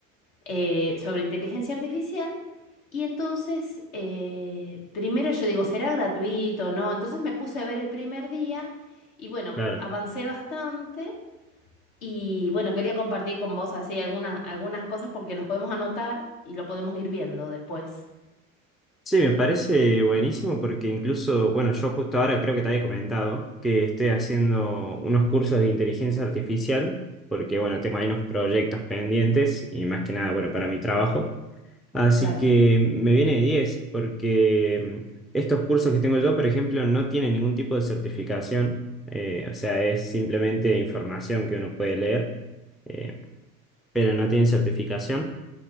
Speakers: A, on the left; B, in the centre.
A: eh, sobre inteligencia artificial. Y entonces, eh, primero yo digo, ¿será gratuito? No. Entonces me puse a ver el primer día y bueno,
B: Claro.
A: co- avancé bastante. Y bueno, quería compartir con vos así algunas, algunas cosas porque nos podemos anotar y lo podemos ir viendo después.
B: Sí, me parece buenísimo porque incluso, bueno, yo justo ahora creo que te había comentado que estoy haciendo unos cursos de inteligencia artificial porque, bueno, tengo ahí unos proyectos pendientes y más que nada, bueno, para mi trabajo. Así
A: Claro.
B: que me viene de 10 porque mm, estos cursos que tengo yo, por ejemplo, no tienen ningún tipo de certificación, eh, o sea, es simplemente información que uno puede leer, eh, pero no tienen certificación.